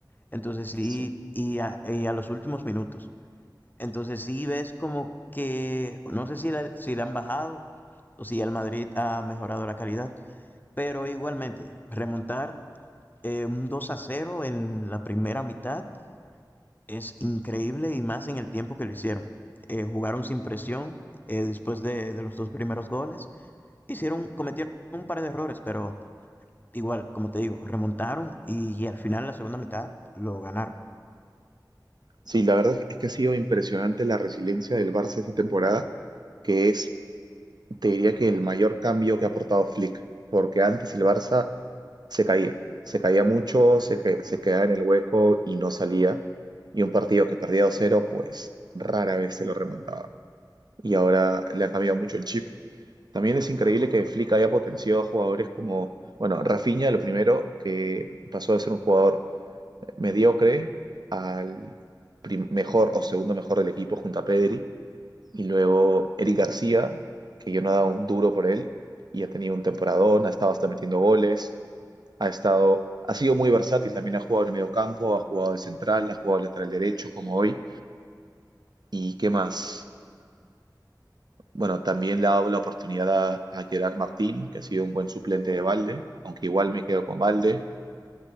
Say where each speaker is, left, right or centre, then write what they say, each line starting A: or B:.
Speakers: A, on the left (about 25°); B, on the right (about 65°).
A: Entonces sí,
B: Sí.
A: y a, y a los últimos minutos. Entonces sí ves como que, no sé si la, si la han bajado o si el Madrid ha mejorado la calidad, pero igualmente, remontar eh, un 2 a 0 en la primera mitad es increíble y más en el tiempo que lo hicieron. Eh, jugaron sin presión eh, después de, de los dos primeros goles. Hicieron, cometieron un par de errores, pero Igual, como te digo, remontaron y, y al final, la segunda mitad, lo ganaron.
B: Sí, la verdad es que ha sido impresionante la resiliencia del Barça esta temporada, que es, te diría que el mayor cambio que ha aportado Flick, porque antes el Barça se caía, se caía mucho, se, que- se quedaba en el hueco y no salía. Y un partido que perdía dos cero pues rara vez se lo remontaba. Y ahora le han cambiado mucho el chip. También es increíble que Flick haya potenciado a jugadores como, bueno, Rafinha, lo primero, que pasó de ser un jugador mediocre al prim- mejor o segundo mejor del equipo junto a Pedri. Y luego Eric García, que yo no he dado un duro por él y ha tenido un temporadón, ha estado hasta metiendo goles. Ha estado, ha sido muy versátil, también ha jugado en el mediocampo, ha jugado de central, ha jugado de lateral derecho como hoy. ¿Y qué más? Bueno, también le ha dado la oportunidad a, a Gerard Martín, que ha sido un buen suplente de Balde aunque igual me quedo con Balde